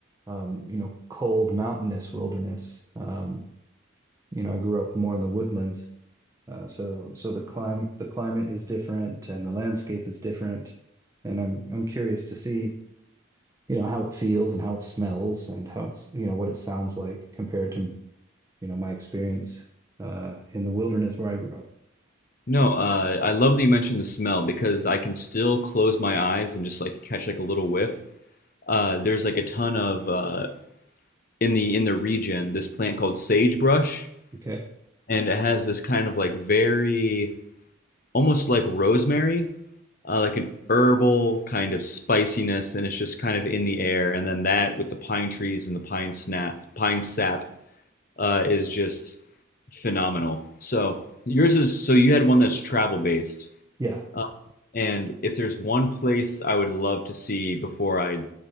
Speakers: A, on the right; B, on the left.
A: um, you know, cold mountainous wilderness. Um, you know, I grew up more in the woodlands. Uh, so so the climb the climate is different and the landscape is different. And I'm I'm curious to see you know, how it feels and how it smells and how it's, you know, what it sounds like compared to, you know, my experience uh, in the wilderness where I grew up.
B: No, uh, I love that you mentioned the smell because I can still close my eyes and just like catch like a little whiff. Uh, there's like a ton of uh, in the in the region this plant called sagebrush
A: Okay.
B: and it has this kind of like very almost like rosemary, uh, like an herbal kind of spiciness, and it's just kind of in the air. And then that with the pine trees and the pine snap, pine sap, uh, is just phenomenal. So yours is so you had one that's travel based,
A: Yeah.
B: uh, and if there's one place I would love to see before I